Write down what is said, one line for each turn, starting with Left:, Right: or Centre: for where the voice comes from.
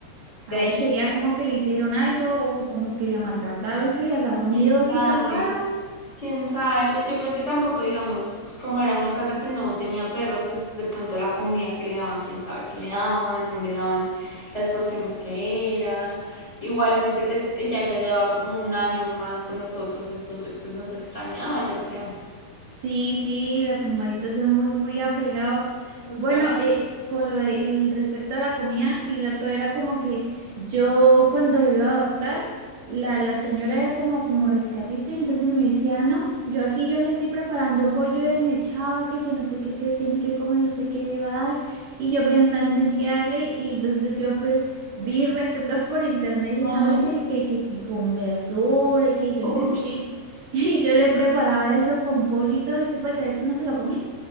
Left: De
Right: Ahí
Left: ahí,
Right: sería como que le hicieron algo o como que la maltrataron, que le agarró miedo
Left: quién
Right: así
Left: sabe.
Right: tan raro.
Left: Quién sabe, pues yo creo que tampoco, digamos, pues como era una casa que no tenía perros, pues de pronto la comida que le daban, quién sabe qué le daban, no le daban las porciones que era. Igualmente, pues ella ya llevaba como un año más con nosotros, entonces pues nos extrañaba, yo creo.
Right: Sí, sí, los animalitos son muy, muy apegados.
Left: Total.
Right: Bueno, eh, con lo de el- respecto a la comida, mi gato era como que yo cuando lo iba a adoptar, la, la señora era como, como rescatista, entonces me decía, no, yo aquí yo le estoy preparando pollo desmechado, que yo no sé qué, que él tiene que comer, usted qué le va a dar, y yo pensando en qué darle, y entonces yo pues, vi recetas por internet
Left: Ajá.
Right: y esa vaina, y que, que, que con verdura, y que yo
Left: Uy.
Right: no sé qué. <laughs> Y yo le preparaba eso con pollo y todo, ¿y usted puede creer que no se lo comía?